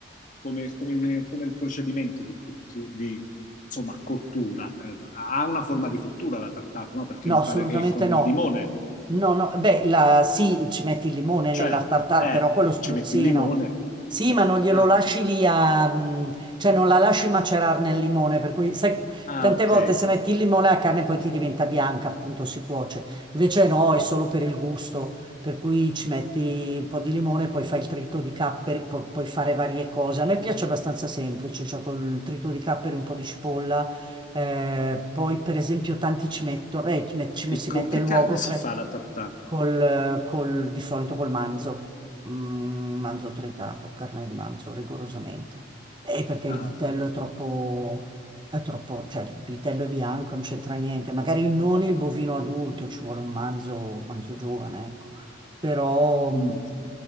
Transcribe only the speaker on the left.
come, come- come il procedimento di, cottu- di insomma, cottura. Eh, ha una forma di cottura la tartare, no? Perché
mi
pare che è con
il limone.
Cioè,
eh,
ci metti il limone.
Ah,
ah,
ok.
E
con
che
carne si fa la tartare?
Ah,
ok.
Mm.